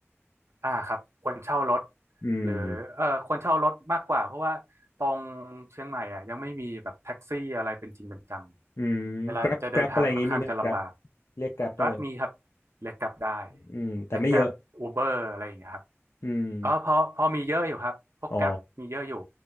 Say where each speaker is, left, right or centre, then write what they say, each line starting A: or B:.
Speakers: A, on the right (about 70°); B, on the left (about 75°).
A: อ่าครับควรเช่ารถ
B: อืม
A: หรือเออควรเช่ารถมากกว่าเพราะว่าตรงเชียงใหม่อ่ะยังไม่มีแบบแท็กซี่อะไรเป็นจริงเป็นจัง
B: อืม
A: เวลาจะเดินทางค่อนข้างจะลำบาก
B: Grab Grab อะไรอย่างงี้มีไหม Grab เรียก Grab ได้ไหม
A: Grab มีครับเรียก Grab ได้
B: อืมแต่ไม่เยอะ
A: เรียก Grab Uber อะไรอย่างเงี้ยครับ
B: อืม
A: เออพอพอมีเยอะอยู่ครับพวก
B: อ๋อ
A: Grab มีเยอะอยู่